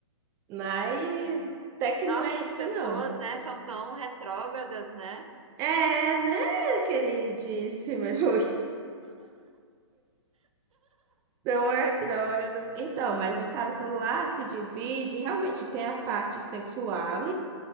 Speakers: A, on the right; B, on the right.
A: mas até que
B: Nossa,
A: não é
B: essas
A: isso,
B: pessoas,
A: não.
B: né, são tão retrógradas, né?
A: É, né, queridíssima <laughs> Heloísa? Não é Trônidas. Então, mas no caso lá se divide, realmente tem a parte sensual